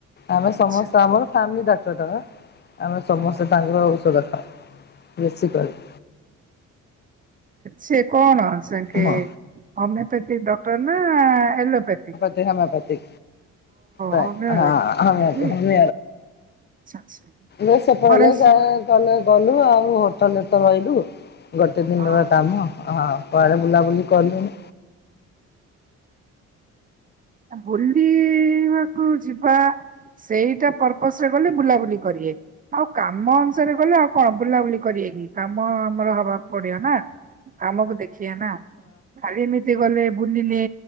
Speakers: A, on the left (about 35°); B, on the right (about 30°).
A: ଆମେ
B: ଆଚ୍ଛା
A: ସମସ୍ତେ ଆମର ଫ୍ୟାମିଲି ଡାକ୍ତରଟାବା ଆମେ ସମସ୍ତେ
B: ଓ
A: ତାଙ୍କର ଔଷଧ ଖାଉ ବେଶୀ କରି
B: ଛ କଣ <unintelligible>
A: ହଁ
B: ହୋମିଓପାଥି ଡ ଆପ ନା ଏଲୋପତି
A: ହମିଓପାତି ଅ
B: ହୋମିଓ
A: ହ
B: ଡକ୍ଟର
A: ହ
B: ନାଇଁ କି?
A: ହମ୍
B: ଆଚ୍ଛା ଆଚ୍ଛା
A: ଯ ସେପଳଲେ
B: ଫରେଷ୍ଟ
A: ଯା କହିଲେ ଗଲୁ ଆଉ ହୋଟେଲରେ ତ ରହିଲୁ ଗୋଟେ ଦିନର
B: ହଁ
A: କାମ ହଁ କୁଆଡ଼େ ବୁଲାବୁଲି କଲୁନି
B: ବୁଲିବାକୁ ଯିବା ସେଇଟା ପର୍ପସ ରେ ଗଲେ ବୁଲାବୁଲି କରିବେ ଆଉ କାମ ଅନୁସାରେ ଗଲେ ଆଉ କଣ ବୁଲାବୁଲି କରିବେ କିି କାମ ଆମର ହବାକୁ ପଡିବ ନା କାମକୁ ଦେଖିବା ନା ଖାଲି ଏମିତି ଗଲେ ବୁଲିଲେ